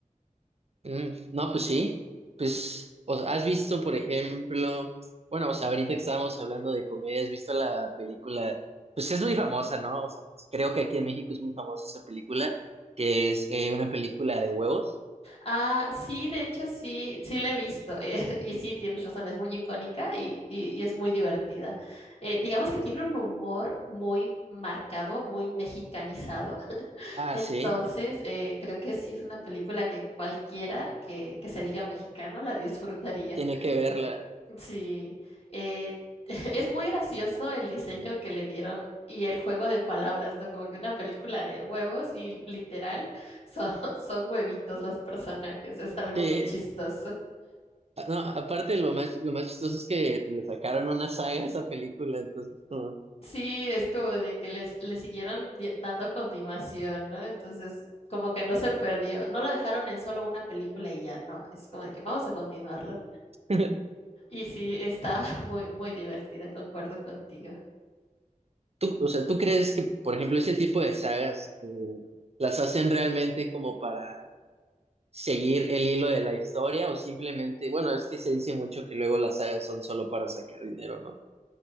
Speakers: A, on the right (about 50°); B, on the left (about 45°).
A: mm, No, pues sí, pues o sea, has visto, por ejemplo, bueno, o sea, ahorita que estábamos hablando de comedia, has visto la película, pues es muy famosa, ¿no? O sea, creo que aquí en México es muy famosa esa película, que es eh, una película de huevos.
B: Ah, sí, de hecho sí, sí la he visto. <laughs> eh, y sí, tienes razón, es muy icónica y, y- y es muy divertida. Eh, digamos que tiene un humor muy marcado, muy mexicanizado. <laughs>
A: Ah,
B: Entonces,
A: sí,
B: eh, creo que sí es una película que cualquiera que, que se diga mexicano la disfrutaría.
A: tiene que verla.
B: Sí, eh, <laughs> es muy gracioso el diseño que le dieron y el juego de palabras, ¿no? Como que una película de huevos y literal son, <laughs> son huevitos los personajes, es algo
A: Sí.
B: muy chistoso.
A: Ah, No, aparte lo más, lo más chistoso es que le sacaron una saga a esa película, entonces como...
B: Sí, es como de que les, le siguieron di- dando continuación, ¿no? Entonces, como que no se perdió, no lo dejaron en solo una película y ya, no, es como de que vamos a continuarlo.
A: <laughs>
B: Y sí, está <laughs> muy, muy divertida, concuerdo contigo.
A: Tú, o sea, ¿tú crees que, por ejemplo, ese tipo de sagas eh, las hacen realmente como para seguir el hilo de la historia o simplemente, bueno, es que se dice mucho que luego las sagas son solo para sacar dinero, ¿no?